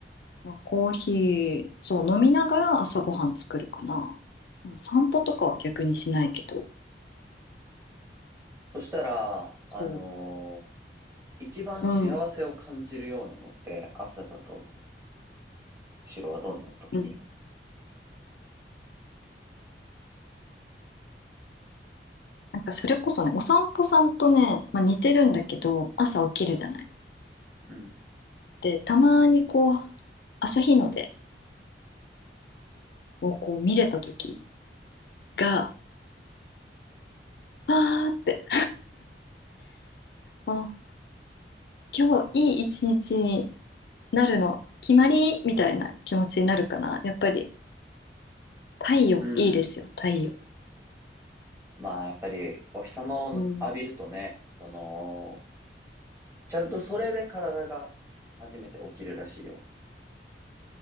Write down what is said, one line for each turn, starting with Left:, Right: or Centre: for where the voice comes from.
Left: まあ、コーヒー、そう、飲みながら朝ごはん作るかな。なんか散歩とかは逆にしないけど。
Right: そしたら、あのー
Left: そ
Right: 一番幸せを感じるようなのって朝だと
Left: う。うん。
Right: 白はどんな時
Left: うん。なんかそれこそね、お散歩さんとね、まあ、似てるんだけど、朝起きるじゃない。
Right: うん。
Left: で、たまにこう、朝日の出をこう見れた時が、あーって、<laughs> あ、今日いい一日になるの、決まりみたいな気持ちになるかな。やっぱり、太陽いいですよ、
Right: うん。
Left: 太陽。
Right: まあ、やっぱり、お日様を浴びるとね、
Left: うん。
Right: その、ちゃんとそれで体が初めて起きるらしいよ。